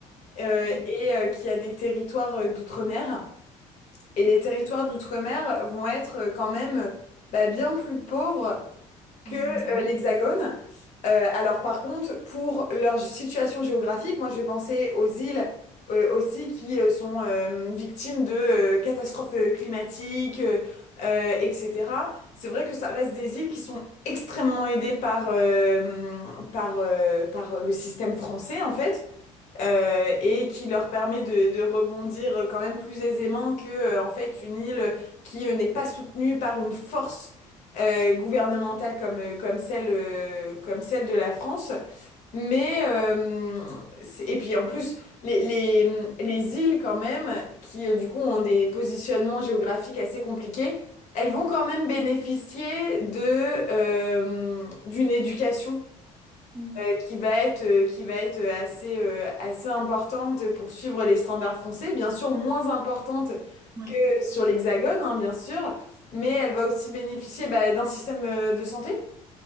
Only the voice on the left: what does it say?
euh,
et euh, qui a des territoires euh, d'outre-mer. Et les territoires d'outre-mer vont être euh, quand même euh, bah, bien plus pauvres que
euh,
l'Hexagone. Euh, alors par contre, pour leur situation géographique, moi je vais penser aux îles euh, aussi qui euh, sont euh, victimes de euh, catastrophes euh, climatiques, euh, euh, etc. C'est vrai que ça reste des îles qui sont extrêmement aidées par, euh, par, euh, par le système français en fait euh, et qui leur permet de, de rebondir quand même plus aisément que euh, en fait une île qui euh, n'est pas soutenue par une force euh, gouvernementale comme euh, comme celle euh, comme celle de la France. Mais euh, c'est- et puis en plus les les les îles quand même qui euh, du coup ont des positionnements géographiques assez compliqués. Elles vont quand même bénéficier de euh, d'une éducation
euh, qui va être, euh, qui va être euh, assez, euh, assez importante pour suivre les standards français, bien sûr moins importante
que sur l'Hexagone, hein, bien sûr, mais elle va aussi bénéficier bah, d'un système euh, de santé.